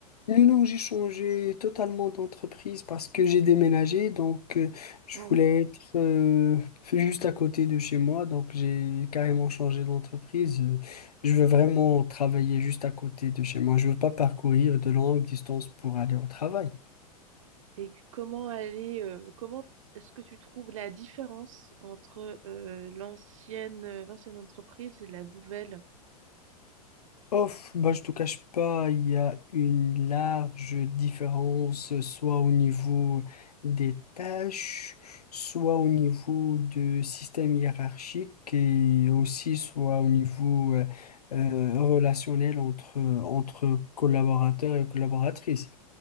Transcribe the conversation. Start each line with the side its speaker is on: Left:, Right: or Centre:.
Left: Non, non, j'ai changé totalement d'entreprise parce que j'ai déménagé, donc euh, je
Right: Ah oui.
Left: voulais être euh, juste à côté de chez moi, donc j'ai carrément changé d'entreprise. Euh, Je veux vraiment travailler juste à côté de chez moi. Je veux pas parcourir de longues distances pour aller au travail.
Right: Et comment aller, euh, comment est-ce que tu trouves la différence entre euh, l'ancienne, euh, l'ancienne entreprise et la nouvelle?
Left: Off, bah, je te cache pas, il y a une large différence, soit au niveau des tâches, soit au niveau du système hiérarchique et aussi soit au niveau euh, euh, relationnel entre, entre collaborateurs et collaboratrices.